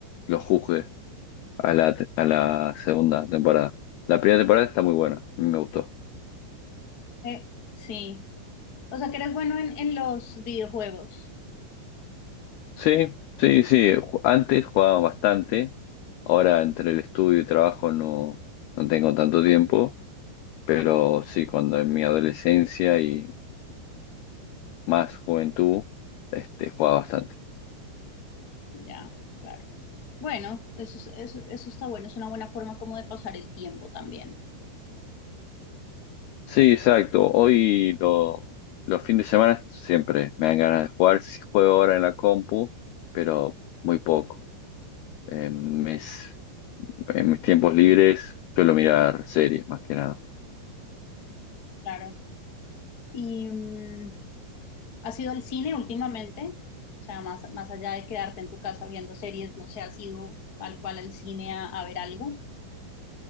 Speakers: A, on the left; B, on the left.
A: los juzgue a la, te- a la segunda temporada. La primera temporada está muy buena, a mí me gustó.
B: Eh, sí, o sea que eres bueno en, en los videojuegos.
A: Sí, sí, sí. ju- Antes jugaba bastante, ahora entre el estudio y trabajo no, no tengo tanto tiempo, pero sí, cuando en mi adolescencia y más juventud, este, jugaba bastante.
B: Ya, claro. Bueno, eso, es- eso, eso está bueno, es una buena forma como de pasar el tiempo también.
A: Sí, exacto. Hoy lo- los fines de semana siempre me dan ganas de jugar. Sí juego ahora en la compu, pero muy poco. En mis, en mis tiempos libres suelo mirar series más que nada.
B: Claro. ¿Y mm, has ido al cine últimamente? O sea, más, más allá de quedarte en tu casa viendo series, no sé, ¿has ido tal cual al cine a, a ver algo?